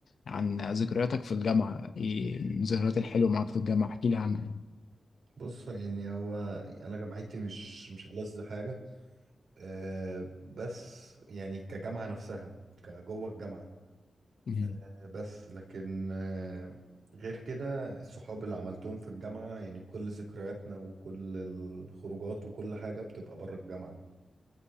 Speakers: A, on the left (about 70°); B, on the right (about 75°).
A: عن ذكرياتك في الجامعة ايه الذكريات الحلوة معاك في الجامعة احكي لي عنها
B: بص يعني هو انا جامعتي مش مش ألذ حاجه آه بس يعني كجامعه نفسها كجوه الجامعه
A: مم.
B: آه، بس لكن آه غير كده الصحاب اللي عملتهم في الجامعه يعني كل ذكرياتنا وكل الخروجات وكل حاجه بتبقى بره الجامعه